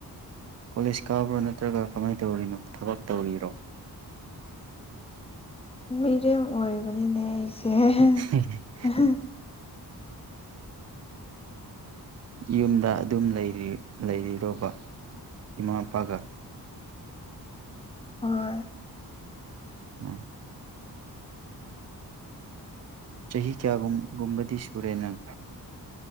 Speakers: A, on the right; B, on the left.
A: ꯀꯣꯂꯦꯖ ꯀꯥꯕ꯭ꯔꯥ ꯅꯠꯇ꯭ꯔꯒ ꯀꯃꯥꯏ ꯇꯧꯔꯤꯅꯣ ꯊꯕꯛ ꯇꯧꯔꯤꯔꯣ
B: ꯃꯤꯔꯦꯝ ꯑꯣꯏꯕꯅꯤꯅꯦ ꯑꯩꯁꯦ
A: <unintelligible>
B: <unintelligible>
A: ꯌꯨꯝꯗ ꯑꯗꯨꯝ ꯂꯩꯔꯤ ꯂꯩꯔꯤꯔꯣꯕ ꯏꯃꯥ ꯢꯄꯥꯒ
B: ꯍꯣꯏ
A: <unintelligible> ꯆꯍꯤ ꯀꯌꯥꯒꯨꯝ ꯒꯨꯝꯕꯗꯤ ꯁꯨꯔꯦ ꯅꯪ